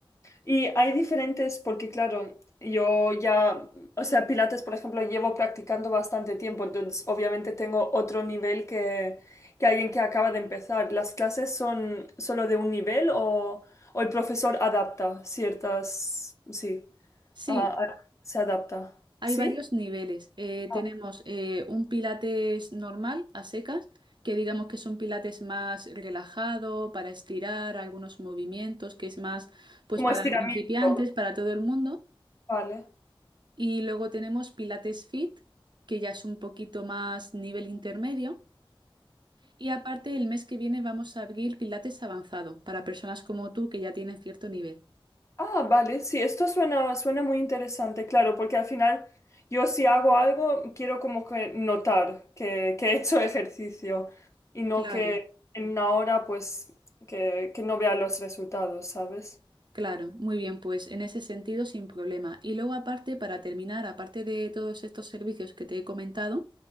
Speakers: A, on the left (about 30°); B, on the right (about 55°).
A: Y hay diferentes, porque claro, yo ya, o sea, Pilates, por ejemplo, llevo practicando bastante tiempo, entonces obviamente tengo otro nivel que, que alguien que acaba de empezar. ¿Las clases son solo de un nivel o, o el profesor adapta ciertas, sí,
B: Sí,
A: a- a- se adapta?
B: Hay
A: ¿Sí?
B: varios niveles. Eh,
A: Ah,
B: tenemos eh, un pilates normal, a secas, que digamos que es un pilates más relajado, para estirar algunos movimientos, que es más pues
A: como
B: para
A: estiramiento.
B: principiantes, para todo el mundo.
A: Vale.
B: Y luego tenemos pilates fit, que ya es un poquito más nivel intermedio. Y aparte, el mes que viene vamos a abrir pilates avanzado, para personas como tú que ya tienen cierto nivel.
A: Ah, vale, sí, esto suena, suena muy interesante, claro, porque al final yo si hago algo quiero como que notar que, que he hecho <laughs> ejercicio y no
B: Claro.
A: que en una hora pues que, que no vea los resultados, ¿sabes?
B: Claro, muy bien, pues en ese sentido sin problema. Y luego aparte, para terminar, aparte de todos estos servicios que te he comentado,